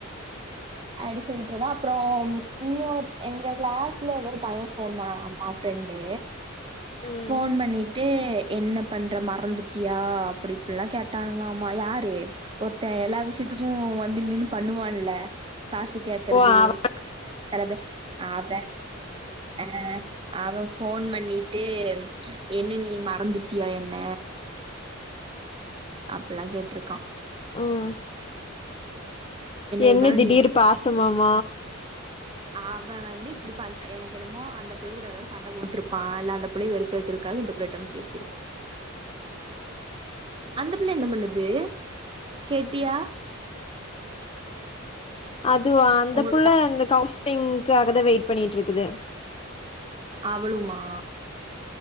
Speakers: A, on the right; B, on the left.
A: அப்டி சொலிட்டுருதா அப்புற இன்னொரு எங்க கிளாஸ்ல எதோ ஒரு பைய ஃபோன் பண்ணானாமா ஃப்ரெண்டு
B: ம்
A: ஃபோன் பண்ணி ட்டே என்ன பண்ற மறந்துட்டியா அப்டி இப்டிலா கேட்டானுங்களா ஆமா யாரு ஒருத்தன் எல்லா விஷியத்துக்கு வந்து நின்னு பண்ணுவான் இல்ல காசு கேக்கறது
B: ஓ அவ
A: செலது அவன் ஆ அவன் ஃபோன் பண்ணிட்டு என்ன நீ மறந்துட்டியா என்ன அப்பிலாம் கேட்ருக்கான்
B: ம் என்ன
A: இருந்தாலு
B: திடீர்
A: நீ எ ஃப்ரெண்டு
B: பாசமாம
A: அவன் வந்து இப்டி பண்ண எனக்கு என்னமோ அந்த பிள்ள கூட எதாவது சண்ட போட்டுருப்பான் இல்ல அந்த புள்ளய வெறுப்பேத்தறகாக இந்த புள்ளைட்ட வந்து பேசிரு அந்த பிள்ள என்ன பண்ணுது கேட்டியா
B: அதுவா அந்த
A: உங்க
B: புள்ள
A: க்ளா
B: இந்த கவுன்ஸ் ங்காகத வெயிட் பண்ணிட்டு இருகுது
A: அவளுமா